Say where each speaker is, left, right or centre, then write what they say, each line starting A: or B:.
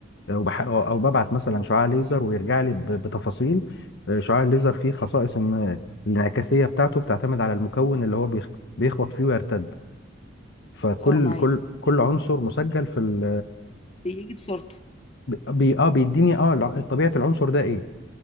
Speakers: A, on the left; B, on the left.
A: او بح- او أو ببعت مثلا شعاع ليزر ويرجع لي ب- بتفاصيل آه، شعاع الليزر فيه خصائص ان الانعكاسيه بتاعته بتعتمد على المكون اللي هو بيخ- بيخبط فيه ويرتد فكل
B: اه معاك
A: كل كل عنصر مسجل في ال
B: بيجي بصورته
A: بي اه بيديني اه الع- طبيعه العنصر ده ايه